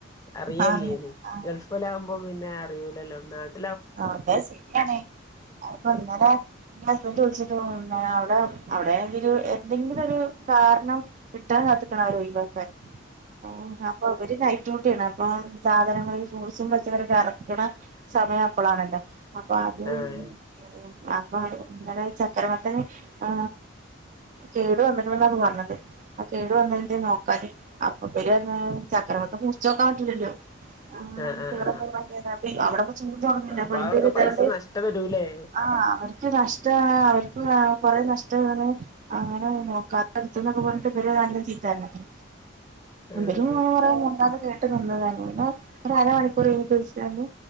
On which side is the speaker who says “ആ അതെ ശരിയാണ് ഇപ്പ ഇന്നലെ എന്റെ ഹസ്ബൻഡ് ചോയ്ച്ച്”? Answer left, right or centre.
Right